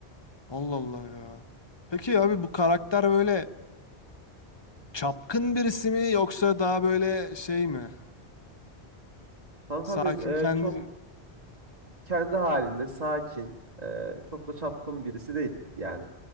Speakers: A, on the left; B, on the right.
A: Allah Allah ya. Peki abi bu karakter böyle Çapkın birisi mi yoksa daha böyle şey mi?
B: Kankam
A: Sakin
B: benim e,
A: kendi...
B: çok kendi halinde sakin, e, çok da çapkın birisi değil yani.